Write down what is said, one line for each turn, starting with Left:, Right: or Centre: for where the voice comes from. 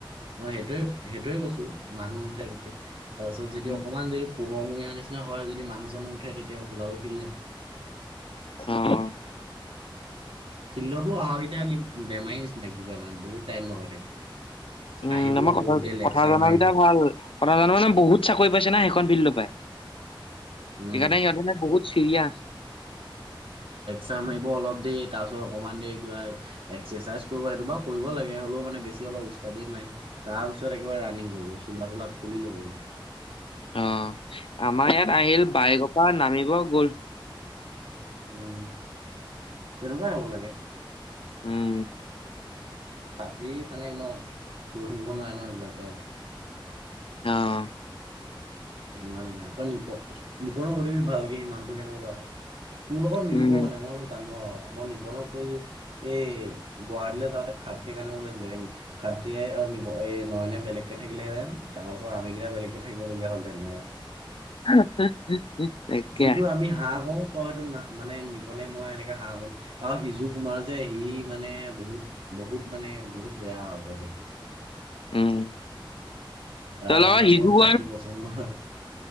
Right: অ' সেইটোয়ে সেইটোয়ে কৈছো মানুহ মুঠে এনেকে তাৰ পিছত যদি
Left: অ',
Right: অকমান দে পোহৰ মু না নিচিনা হয় যদি মানুহ জানো উঠে তেতিয়া বোলাব ফেলি যম
Left: অ'।
Right: ফিল্ডতো অহা কেইটা বেমাৰী নিচিননা কিবা মানে বহুত টাইম লগাই।
Left: উম
Right: আহিব
Left: আমই কথা
Right: বহুত দেৰি লেকচাৰ
Left: কথা জ কেইটা
Right: মাৰিব
Left: ভাল কথা জোৱা মানে বহুত চাকৰি পাইছে না স ফো পাই
Right: উম
Left: সেইকাৰণে সিহঁতে বহুত চিৰিয়া।
Right: াৰিব অলপ দেৰি তাৰপিছত অকমান দেৰি কিবা এক্সাৰচাইজ কৰিব সেইটো বাৰ কৰিব লাগে হলেও মানে বেছি অলপ উস্ত দ মাই তাৰ পিছত একেবাৰে ৰানিং কৰিব চোলা তোলা খুলি ল'ব।
Left: অ' আমাৰ ইয়াত আহিল বাইগপা নামিব গ'ল।
Right: উম, তেনেকুৱাই হব লাগে।
Left: উম।
Right: খাটৰি মানে ন লৈ থাকিব নোৱাৰে ন এইবিলাক তেওঁ।
Left: অহ'
Right: তেনেকুৱা নাই তই নিপ নিপণক সুধিবি ভালকে সিমানটো কেনেকুৱা। তোৰ লগত মিলিব
Left: উম
Right: মানে মইতো জানো আৰু আমই নিপনক কৈছো। এই গুৱাহাটীলৈ যাওঁতে খাত্ৰীৰ কাৰণে গলেন খাত্ৰীয়ে নি এ নয়নে বেলেগকে থাকিলহেঁতেন তাৰপাছত আমি কেইটা বেলেগকে থাকিব লগগীয়া হ'ল তেনে।
Left: <unintelligible> তাকে
Right: যিটো আমি হাঁহ কও তই সটো না মানে নিবনে মই এনেকে হাঁহ বলো আৰু সিজু কুমাৰ যে সি মানে বহুত বহুত মানে বহুত বেয়া হয়।
Left: উম।
Right: তাৰ
Left: তই লগত
Right: মানে একদম
Left: সিজো কোৱা
Right: খাতী পচন্দ হয়,